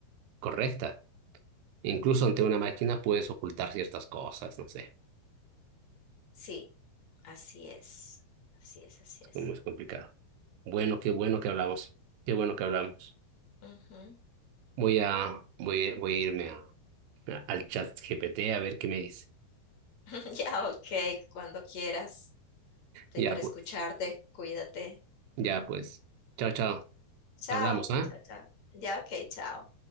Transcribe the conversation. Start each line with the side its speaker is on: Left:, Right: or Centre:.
Right: correcta. Incluso ante una máquina puedes ocultar ciertas cosas, no sé,
Left: Sí, así es, así es, así
Right: es
Left: es.
Right: como es complicado. Bueno, qué bueno que hablamos, qué bueno que hablamos.
Left: Ujú.
Right: Voy a, voy, a- voy a irme a- al chat GPT a ver qué me dice.
Left: <laughs> Ya, ok, cuando quieras, estoy
Right: Ya
Left: para
Right: pues,
Left: escucharte, cuídate.
Right: ya pues. Chao, chao.
Left: Chao,
Right: Hablamos, ¿ah?
Left: chao, chao. Ya, ok, chao.